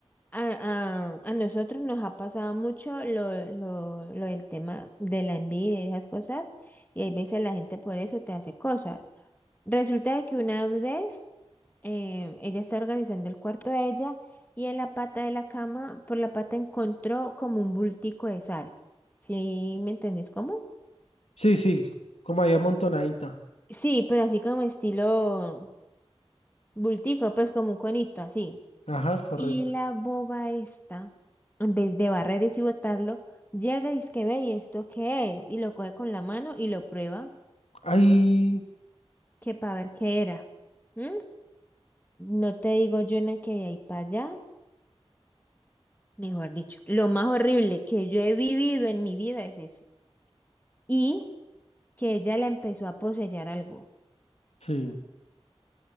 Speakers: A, on the left; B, on the left.
A: a, a, a nosotros nos ha pasado mucho lo, lo, lo del tema de la envidia y esas cosas, y hay veces la gente por eso te hace cosas. Resulta de que una vez eh, ella estaba organizando el cuarto de ella y en la pata de la cama, por la pata encontró como un bultico de sal. ¿Sí me entendés cómo?
B: sí, sí, como ahí amontonadita.
A: Sí, pero así como estilo bultico, pues como un conito, así.
B: Ajá, correcto.
A: Y la boba esta, en vez de barrer y botarlo, llega y es que ve, ¿y esto qué es? Y lo coge con la mano y lo prueba,
B: Ay,
A: que para ver qué era. ¿Mm? No te digo, yo una que de ahí para allá. mejor dicho, lo más horrible que yo he vivido en mi vida es eso. Y que ella la empezó a poseer algo.
B: sí,